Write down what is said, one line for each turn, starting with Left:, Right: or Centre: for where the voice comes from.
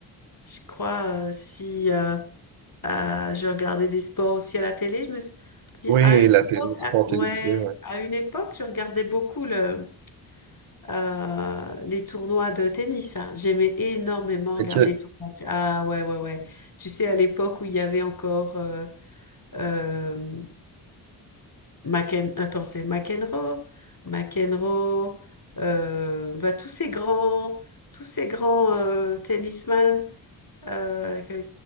Left: je crois euh, si euh, euh, je regardais des sports aussi à la télé, je me suis-
Right: Oui,
Left: à une
Right: la télé,
Left: époque,
Right: le sport
Left: à-
Right: télévisé.
Left: ouais,
Right: ouais.
Left: à une époque, je regardais beaucoup le euh, les tournois de tennis. hein. J'aimais énormément regarder
Right: Ok,
Left: les tournois. de- Ah ouais ouais ouais. Tu sais à l'époque où il y avait encore euh, euh, McEn... Attends, c'est McEnroe, McEnroe, euh, bah, tous ces grands, tous ces grands euh, tennisman. euh, que-